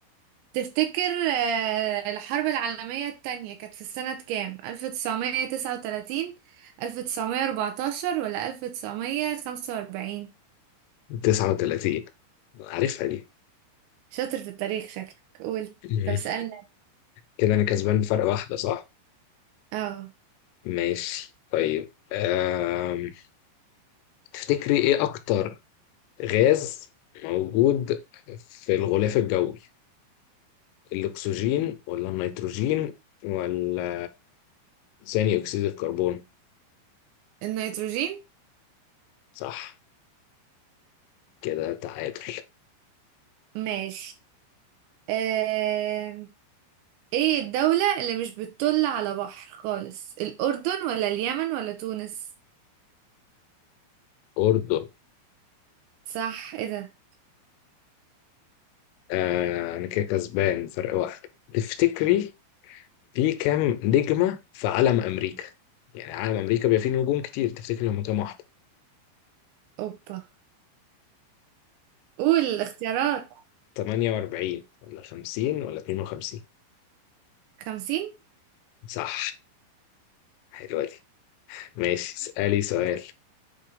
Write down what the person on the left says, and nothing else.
39 عارفها دي
مم.
كده انا كسبان بفرق واحدة صح
ماشي طيب أم... تفتكري ايه اكتر غاز موجود في الغلاف الجوي الاكسجين ولا النيتروجين ولا ثاني اكسيد الكربون
صح كده تعادل
اردن
آه انا كده كسبان فرق واحد تفتكري في كام نجمة في علم امريكا يعني علم امريكا بيبقى فيه نجوم كتير تفتكري هم كام واحدة
48 ولا 50 ولا 52
صح حلوة دي ماشي اسألي سؤال